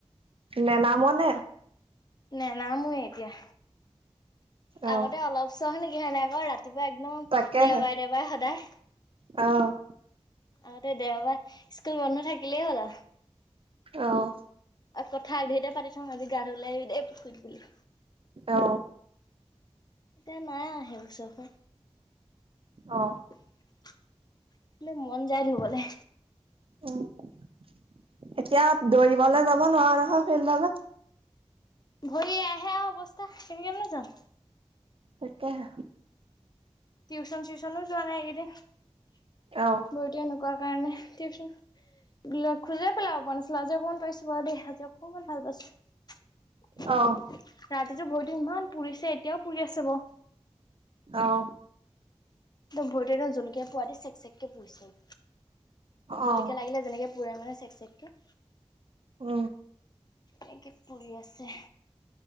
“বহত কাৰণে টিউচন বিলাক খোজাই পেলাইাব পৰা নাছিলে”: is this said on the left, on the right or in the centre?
Left